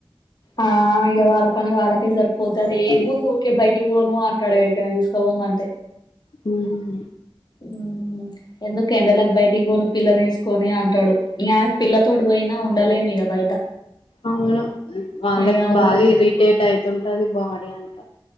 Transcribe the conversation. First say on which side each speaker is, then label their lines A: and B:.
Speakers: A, on the left; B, on the left.
A: ఆ ఇగ వాళ్ళ పని వాళ్ళకే సరిపోతది ఏం ముందు ఊకే బయటి పోను ఆంటాడు ఏడికైన తీసుకపొమ్మంటే
B: హ్మ్
A: మ్మ్ ఎందుకు ఎండలకి బయటికి పోను పిల్లని వేసుకొని అంటాడు ఇంగ పిల్లతోడు పోయినా ఉండలేం ఇగ బయట
B: అవును వాళ్ళకి
A: ఇగ
B: బాగా
A: ఊ
B: ఇరిటేట్ అయితుంటది బాడీ అంతా